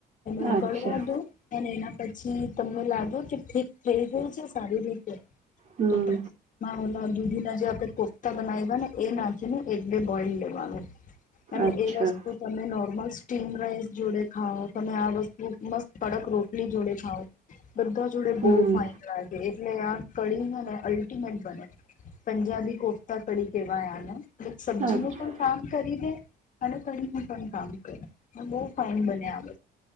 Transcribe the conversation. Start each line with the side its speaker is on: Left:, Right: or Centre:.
Left: એ
Right: અચ્છા
Left: કવા દો અને એના પછી તમને લાગે કે ઠીક થઈ ગયું છે સારી રીતે
Right: હમ
Left: તો ઓ દુધીના જે આપણે કોફતા બનાવ્યા ને એ નાખી ને એક બે બોઇલ લેવાનું અને
Right: અચ્છા
Left: એ વસ્તુ તમે નોર્મલ સ્ટીમ રાઈસ જોડે ખાઓ તમે આ વસ્તુ મસ્ત કડક રોટલી જોડે ખાવઓ બધા જોડે બહુ
Right: હમ
Left: ફાાઈન લાગે એટલે આ કળનને અલ્ટિમેટ બને પંજાબી કોફતા તડીી કેવાયાને સબ્જી
Right: અચ્છા
Left: નું પણ કામ કરી દે અને કઈ હું કઈ કામ કર બહ ફાઇન બને આ વ